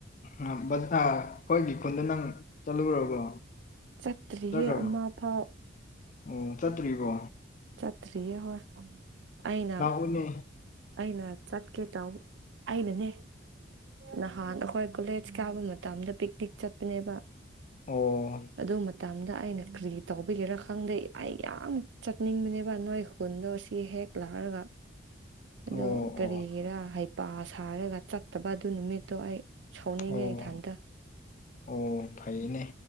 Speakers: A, on the left (about 40°); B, on the right (about 65°).
A: ꯑ ꯕ ꯑꯥ ꯑꯩꯈꯣꯏꯒꯤ ꯈꯨꯟꯗ ꯅꯪ ꯆꯠꯂꯨꯔꯕꯣ
B: ꯆꯠꯇ꯭ꯔꯤꯌꯦ
A: ꯆꯠꯈ꯭ꯔꯕꯣ
B: ꯑꯃꯐꯥꯎ
A: ꯑꯣ ꯆꯠꯇ꯭ꯔꯤꯕꯣ
B: ꯆꯠꯇ꯭ꯔꯤꯌꯦ ꯍꯣꯏ ꯑꯩꯅ
A: ꯄꯨꯅꯦ
B: ꯅ ꯆꯠꯀꯦ ꯇꯧ ꯑꯩꯅꯅꯦ ꯅꯍꯥꯟ ꯑꯩꯈꯣꯏ ꯀꯣꯂꯦꯖ ꯀꯥꯕ ꯃꯇꯝꯗ ꯄꯤꯛꯅꯤꯛ ꯆꯠꯄꯅꯦꯕ
A: ꯑꯣ
B: ꯑꯗꯨ ꯃꯇꯝꯗ ꯑꯩꯅ ꯀ꯭ꯔꯤ ꯇꯧꯕꯒꯤꯔ ꯈꯪꯗꯦ ꯑꯩ ꯌꯥꯝ ꯆꯠꯅꯤꯡꯕꯅꯦꯕ ꯅꯣꯏ ꯈꯨꯟꯗꯣ ꯁꯤ ꯍꯦꯛ ꯂꯥꯛꯔꯒ ꯑꯗꯣ
A: ꯑꯣ
B: ꯀꯔꯤꯒꯤꯔꯥ
A: ꯑꯣ
B: ꯍꯩꯄꯥ ꯁꯥꯔꯒ ꯆꯠꯇꯕ ꯑꯗꯨ ꯅꯨꯃꯤꯠꯇꯣ ꯑꯩ ꯁꯥꯎꯅꯤꯡꯉꯦ
A: ꯑꯣ
B: ꯏꯊꯟꯇ
A: ꯑꯣ ꯐꯩꯅꯦ